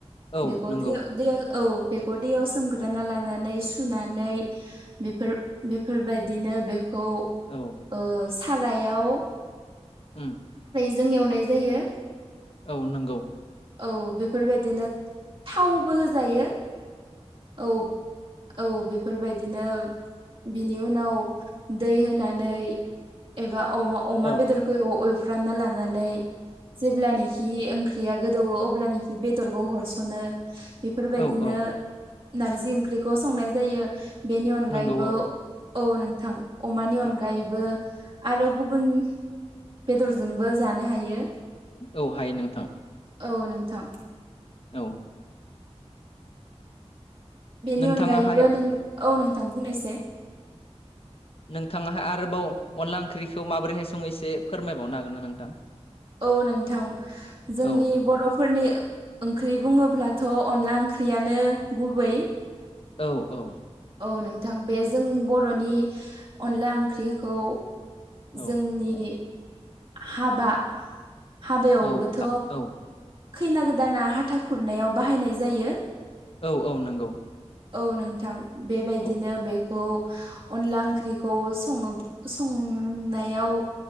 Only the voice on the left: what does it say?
औ
नंगौ
औ
औ
ओम
औ नंगौ
औ
औ
औ
औ औ
नंगौ औ
औ
औ हायो नोंथां
औ
नोंथाङाहाय
नोंथाङाहाय आरोबाव अनला ओंख्रिखौ माबोरैहाय संयो फोरमायबावनो हागोन ना नोंथां
औ
औ औ
औ
औ औ
औ औ नंगौ
औ